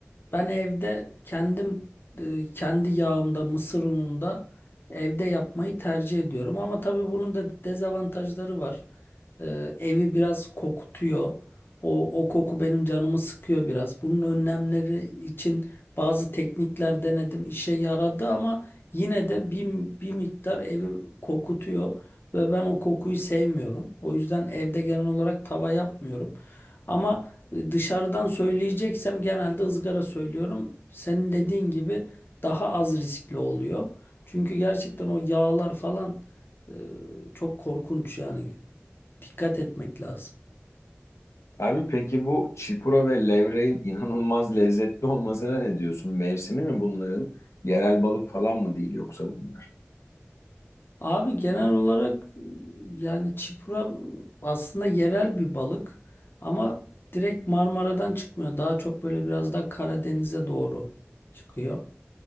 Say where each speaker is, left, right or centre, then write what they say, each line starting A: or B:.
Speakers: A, on the left; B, on the left.
A: ben evde kendim e, kendi yağımda, mısır ununda evde yapmayı tercih ediyorum. Ama tabii bunun da dezavantajları var. E, evi biraz kokutuyor. O, o koku benim canımı sıkıyor biraz. Bunun önlemleri için bazı teknikler denedim. işe yaradı ama yine de bir, bir miktar evi kokutuyor. Ve ben o kokuyu sevmiyorum. O yüzden evde genel olarak tava yapmıyorum. Ama... Dışarıdan söyleyeceksem genelde ızgara söylüyorum. Senin dediğin gibi daha az riskli oluyor. Çünkü gerçekten o yağlar falan e, çok korkunç yani. Dikkat etmek lazım.
B: Abi peki bu çipura ve levreğin inanılmaz lezzetli olmasına ne diyorsun? Mevsimi mi bunların? Yerel balık falan mı değil yoksa bunlar?
A: Abi genel olarak e, yani çipura aslında yerel bir balık ama direkt Marmara'dan çıkmıyor. Daha çok böyle biraz daha Karadeniz'e doğru çıkıyor.